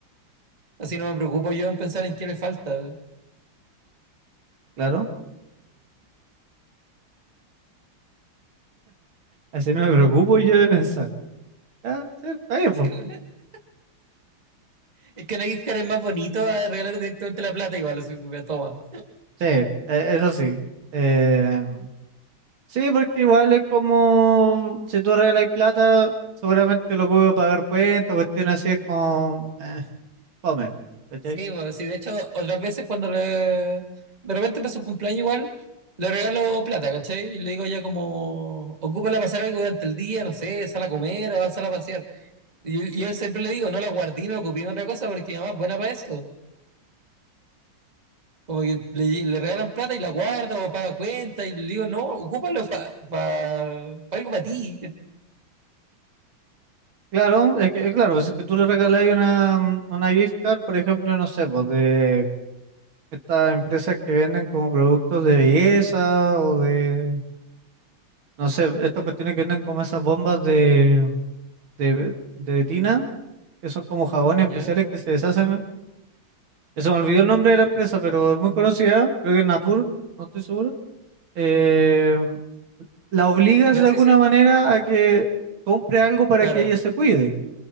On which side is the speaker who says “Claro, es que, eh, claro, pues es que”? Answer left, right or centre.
Right